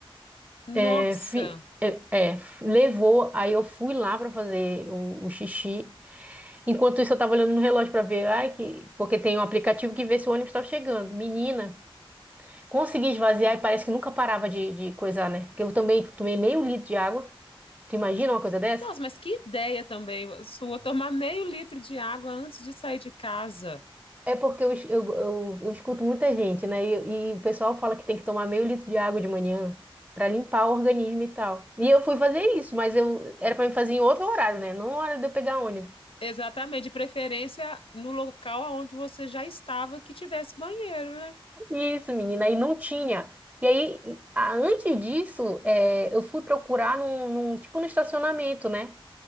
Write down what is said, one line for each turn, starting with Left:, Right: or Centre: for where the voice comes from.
Left: Nossa,
Right: É, fi- é, é, f- levou, aí eu fui lá pra fazer o, o xixi. Enquanto isso, eu tava olhando no relógio pra ver, ai, que, porque tem um aplicativo que vê se o ônibus tá chegando. Menina, consegui esvaziar e parece que nunca parava de, de coisar, né? Porque eu também tomei meio litro de água. Tu imagina uma coisa dessa?
Left: nossa, mas que ideia também sua tomar meio litro de água antes de sair de casa.
Right: É porque eu, es- eu, eu, eu escuto muita gente, né? E, e o pessoal fala que tem que tomar meio litro de água de manhã pra limpar o organismo e tal. E eu fui fazer isso, mas eu era pra me fazer em outro horário, né? Não na hora de eu pegar ônibus.
Left: Exatamente, de preferência no local aonde você já estava que tivesse banheiro, né?
Right: Isso, menina, e não tinha. E aí, a- antes disso, é, eu fui procurar num, num- tipo no estacionamento, né?